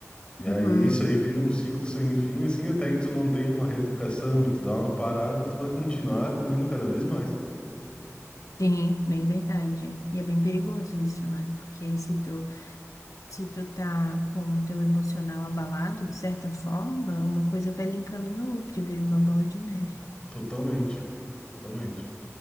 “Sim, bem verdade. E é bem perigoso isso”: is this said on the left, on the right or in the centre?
Left